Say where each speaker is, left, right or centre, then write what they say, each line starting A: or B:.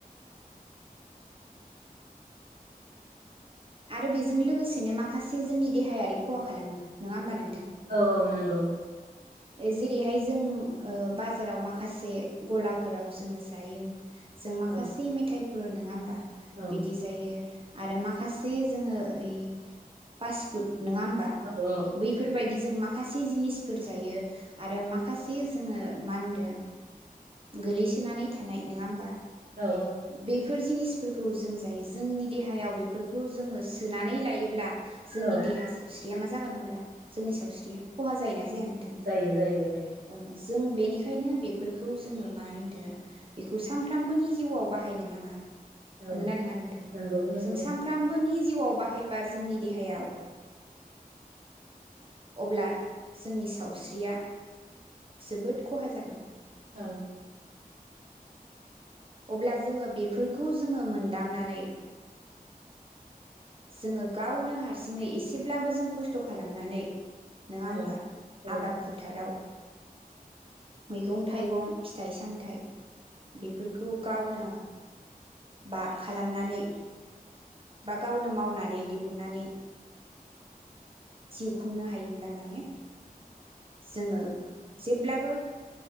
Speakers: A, on the right; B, on the right.
A: आरो बेजों लोगोसेनो माखासे जोंनि देहायारि खहा खालामो नंङा होमबा नों
B: औ औ नंगौ।
A: ए जेरै हाय जों बाजाराव माखासे गलाफोराव जोंङो जायो। जों माखासे
B: औ
A: मेथाइ फोर नंङा होमबा
B: औ
A: बिदि जायो। आरो माखासे जोङो ओइ पासफुड नङा होमबा
B: औ
A: बैफोरबायदि जों मा माखासे जिनिस फोर जायो आरो माखासे जोङो मा होनदों गोलैसोनानै थानाय नङा होमबा
B: औ
A: बेफोर जिनिस फोरखौ जों जायो जोंनि देहायाव बेफोरखौ जोङो सोनानै लायोब्ला जोंनि
B: औ
A: देहा सावस्रिया मा जागोन अब्ला जोंनि सावस्रिया खहा जायोना जाया नोंथां
B: जायो जायो जायो।
A: ओं जों बेनिखायनो बेफोरखौ जोङो मा होनदो बेखौ सानफ्रामबोनि जिउआव बाहायनो नाङा।
B: औ
A: नंगोनना नङा नोंथां
B: नंगौ नंगौ
A: जों सानफ्रामबोनि जिउआव बाहायबा जोंनि देहायाव अब्ला जोंनि सावस्रिया जोबोद खहा जागोन।
B: औ
A: अब्ला जोङो बेफोरखौ जोङो मोनदांनानै जोङो गावनो हारसिङै एसेब्लाबो जों खस्थ' खालामनानै नङा
B: औ
A: होमबा
B: औ
A: आबाद फोथाराव मैगं थाइगं फिथाइ सामथायाइ बेफोरखौ गावनो बा खालामनानै बा गावनो मावनानै दिहुननानै जिउ खुंनो हायोब्ला माने जोङो जेब्लाबो